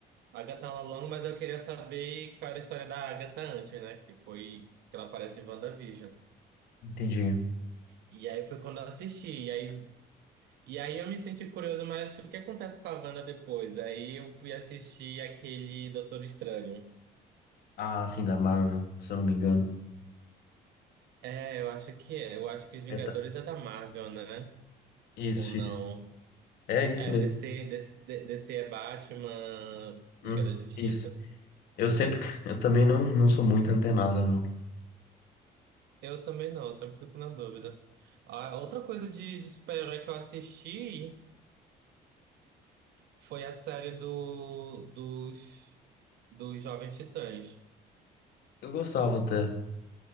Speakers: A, on the right; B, on the left.
A: Agatha Lalong, mas eu queria saber qual era a história da Agatha antes, né? Que foi que ela aparece em WandaVision.
B: Entendi.
A: E aí foi quando eu assisti. E aí, e aí eu me senti curioso, mas o que acontece com a Wanda depois? Aí eu fui assistir aquele Doutor Estranho.
B: Ah, sim, da Marvel, se eu não me engano.
A: É, eu acho que é. Eu acho que os Vingadores
B: É, tá-
A: é da Marvel, né?
B: Isso,
A: Ou não?
B: isso. É isso
A: É,
B: mesmo.
A: DC, DC, D- C, D- DC é Batman,
B: Hum,
A: Liga da Justiça.
B: isso. Eu sempre. <laughs> Eu também não, não sou muito antenado, não.
A: Eu também não, eu sempre fico na dúvida. Ah, outra coisa de, de super-herói que eu assisti. Foi a série do, dos, dos Jovens Titãs.
B: Eu gostava até.